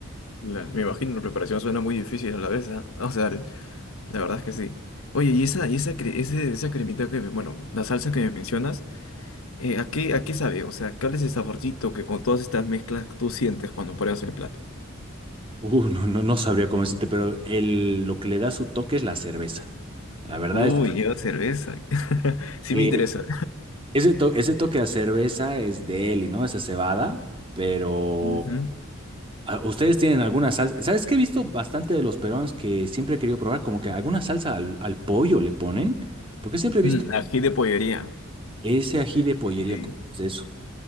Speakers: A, on the left; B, on the right.
A: La- me imagino la preparación suena muy difícil a la vez, ¿ah? O sea, el- la verdad es que sí. Oye, y esa, y esa, cre- ese- esa cremita que, me- bueno, la salsa que me mencionas, eh, ¿a qué, a qué sabe? O sea, ¿cuál es el saborcito que con todas estas mezclas tú sientes cuando pruebas el plato?
B: Uh, no, no, no sabría cómo decirte, pero el, lo que le da su toque es la cerveza. La verdad
A: Uy,
B: es
A: lleva cerveza. <laughs> Sí
B: que
A: me interesa.
B: ese, to- ese toque a cerveza es de él y no esa cebada, pero
A: Ujú.
B: ah, ustedes tienen alguna salsa. ¿Sabes qué he visto bastante de los peruanos que siempre he querido probar? Como que alguna salsa al, al pollo le ponen, porque siempre he visto
A: Mm, ají de pollería.
B: ese ají de pollería.
A: Sí.
B: ¿Cómo es eso?